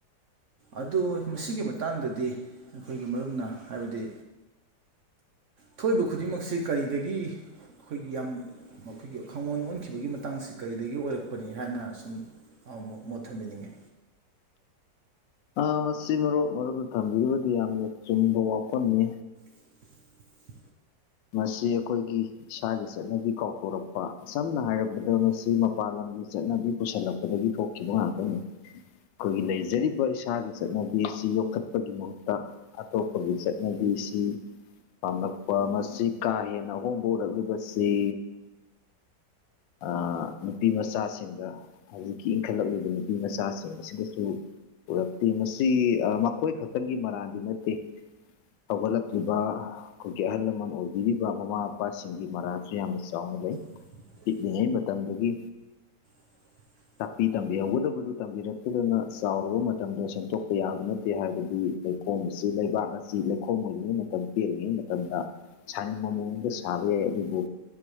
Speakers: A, on the right; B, on the left.
A: ꯑꯗꯨ ꯃꯁꯤꯒꯤ ꯃꯇꯥꯡꯗꯗꯤ ꯑꯩꯈꯣꯏꯒꯤ ꯃꯔꯨꯞꯅ ꯍꯥꯏꯕꯗꯤ ꯊꯣꯛꯏꯕ ꯈꯨꯗꯤꯡꯃꯛꯁꯤ ꯀꯔꯤꯗꯒꯤ ꯑꯩꯈꯣꯏꯒꯤ ꯌꯥꯝ ꯃꯈꯣꯏꯒꯤ ꯈꯪꯉꯣꯟ ꯑꯣꯟꯈꯤꯕꯒꯤ ꯃꯇꯥꯡꯁꯤ ꯀꯔꯤꯗꯒꯤ ꯑꯣꯏꯔꯛꯄꯅꯤ ꯍꯥꯏꯅ ꯁꯨꯝ ꯃꯣꯠ ꯊꯝꯕꯤꯅꯤꯡꯉꯦ
B: ꯑ ꯃꯁꯤ ꯃꯔꯨꯞ ꯃꯔꯨꯞꯅ ꯊꯝꯕꯤꯔꯤꯕꯗꯤ ꯌꯥꯝꯅ ꯆꯨꯝꯕ ꯋꯥꯐꯝꯅꯤ
A: <inaudible>
B: ꯃꯁꯤ ꯑꯩꯈꯣꯏꯒꯤ ꯏꯁꯥꯒꯤ ꯆꯠꯅꯕꯤ ꯀꯥꯎꯊꯣꯔꯛꯄ ꯁꯝꯅ ꯍꯥꯏꯔꯕꯗ ꯃꯁꯤ ꯃꯄꯥꯟ ꯂꯝ ꯒꯤ ꯆꯠꯅꯕꯤ ꯄꯨꯁꯜꯂꯛꯄꯗꯒꯤ ꯊꯣꯛꯈꯤꯕ ꯉꯥꯛꯇꯅꯤ ꯑꯩꯈꯣꯏꯒꯤ ꯂꯩꯖꯔꯤꯕ ꯏꯁꯥꯒꯤ ꯆꯠꯅꯕꯤ ꯑꯁꯤ ꯌꯣꯛꯈꯠꯄꯒꯤ ꯃꯍꯨꯠꯇ ꯑꯇꯣꯞꯄꯒꯤ ꯆꯠꯅꯕꯤ ꯃꯤꯁꯤ ꯄꯥꯝꯂꯛꯄ ꯑꯃꯁꯨ ꯑꯁꯤ ꯀꯥ ꯍꯦꯟꯅ ꯑꯍꯍꯣꯡꯕ ꯎꯔꯛꯂꯤꯕꯁꯤ ꯑ ꯅꯨꯄꯤꯃꯆꯥꯁꯤꯡꯒ ꯍꯧꯖꯤꯛꯀꯤ ꯏꯟꯈꯠꯂꯛꯂꯤꯕ ꯅꯨꯄꯤ ꯃꯆꯥꯁꯤꯡ ꯑꯁꯤꯒꯁꯨ ꯎꯔꯛꯇꯦ ꯃꯁꯤ ꯑ ꯃꯈꯣꯏ ꯈꯛꯇꯪꯒꯤ ꯃꯔꯥꯟꯗꯤ ꯅꯠꯇꯦ ꯍꯧꯒꯠꯂꯛꯂꯤꯕ ꯑꯩꯈꯣꯏꯒꯤ ꯑꯍꯜ ꯂꯃꯟ ꯑꯣꯏꯕꯤꯔꯤꯕ ꯃꯃꯥ ꯃꯄꯥꯁꯤꯡꯒꯤ ꯃꯔꯥꯜꯁꯨ ꯌꯥꯝꯅ ꯆꯥꯎꯅ ꯂꯩ
A: <inaudible>
B: ꯄꯤꯛꯂꯤꯉꯩ ꯃꯇꯝꯗꯒꯤ
A: <inaudible>
B: ꯇꯥꯛꯄꯤ ꯇꯝꯕꯤꯍꯧꯒꯗꯕꯗꯨ ꯇꯝꯕꯤꯍꯧꯗꯗꯅ ꯆꯥꯎꯔꯕ ꯃꯇꯝꯗ ꯁꯦꯝꯗꯣꯛꯄ ꯌꯥꯕ ꯅꯠꯇꯦ ꯍꯥꯏꯕꯗꯤ ꯂꯩꯈꯣꯝ ꯑꯁꯤ ꯂꯩꯕꯥꯛ ꯑꯁꯤ ꯂꯩꯈꯣꯝ ꯑꯣꯏꯔꯤꯉꯩ ꯃꯇꯝ ꯄꯦꯠꯂꯤꯉꯩ ꯃꯇꯝꯗ ꯁꯥꯅꯤꯡꯕ ꯃꯑꯣꯡꯗ ꯁꯥꯕ ꯌꯥꯏ ꯑꯗꯨꯕꯨ